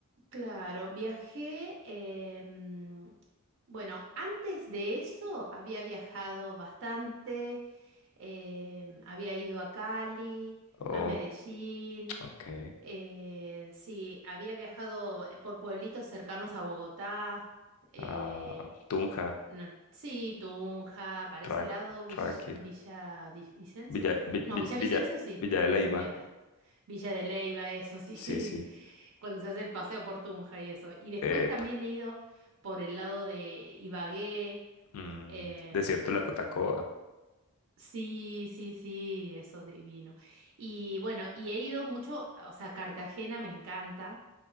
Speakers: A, on the right (about 60°); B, on the left (about 70°).
A: Claro, viajé, em, bueno, antes de eso había viajado bastante, em, había ido a Cali,
B: Oh,
A: a Medellín,
B: ok.
A: eh, sí, había viajado eh, por pueblitos cercanos a Bogotá. eh,
B: Ah, Tunja,
A: No, sí, Tunja, para
B: Tra-
A: ese lado, Vill-
B: Ráquira,
A: Villa, Di- Vicencio
B: Villa,
A: puede ser.
B: Vi-
A: No,
B: Vi-
A: Villavicencio
B: Villa,
A: sí,
B: Villa de
A: por
B: Leyva.
A: el Meta. Villa de Leyva, eso sí,
B: Sí, sí.
A: <laughs> cuando se hace el paseo por Tunja y eso. Y después
B: Epa.
A: también he ido por el lado de Ibagué.
B: Mm,
A: em,
B: desierto de la Tatacoa.
A: sí, sí, sí, eso divino. Y bueno, y he ido mucho, o sea, Cartagena me encanta.